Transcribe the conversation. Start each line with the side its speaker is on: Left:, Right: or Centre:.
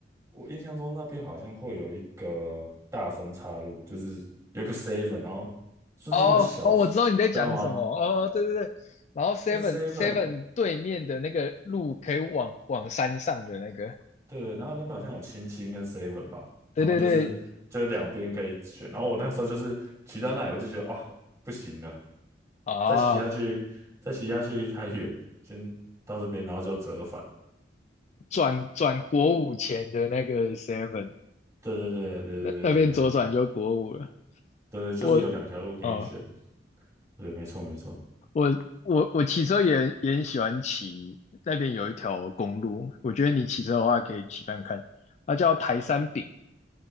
Right: 我印象中那边好像会有一个大分岔路，就是有个 seven，然后就是一个小，
Left: 哦哦，
Right: 你知道吗？
Left: 我知道你在讲什么。哦，对对对。然后 Seven
Right: 那 seven，
Left: Seven 对面的那个路可以往往山上的那个，
Right: 对，然后那边好像有清新跟 seven 吧，
Left: 对对对
Right: 然后就是就两边可以选，然后我那时候就是骑到那里，我就觉得哦，不行了，
Left: 啊，
Right: 再骑下去，再骑下去太远，先到这边，然后就折返。
Left: 转转国五前的那个 Seven，
Right: 对对对对对对对对，
Left: 那那边左转就国五了。
Right: 对，就是有两条路给你选。
Left: 我嗯，
Right: 对，没错没错。
Left: 我我我骑车也也很喜欢骑，那边有一条公路，我觉得你骑车的话可以骑看看，它叫台山饼。